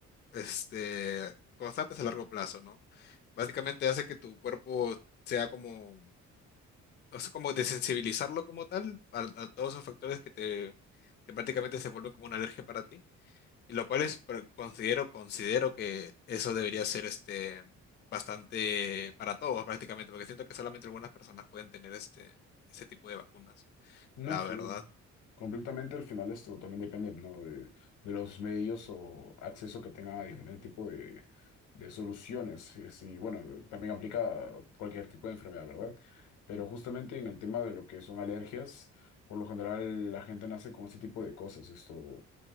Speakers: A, on the left; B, on the left.
A: este, constantes a largo plazo, ¿no? Básicamente hace que tu cuerpo sea como, o sea, como desensibilizarlo como tal a, a todos esos factores que te, que prácticamente se vuelven como una alergia para ti, y lo cual es, pero considero, considero que eso debería ser este, bastante para todos prácticamente, porque siento que solamente algunas personas pueden tener este, ese tipo de vacunas,
B: No,
A: la
B: sí,
A: verdad.
B: completamente al final esto también depende, ¿no? de, de los medios o acceso que tengan a diferente tipo de, de soluciones. Es- Y bueno,
A: Ujú.
B: también aplica a cualquier tipo de enfermedad, ¿verdad? Pero justamente en el tema de lo que son alergias, por lo general la gente nace con este tipo de cosas. Esto,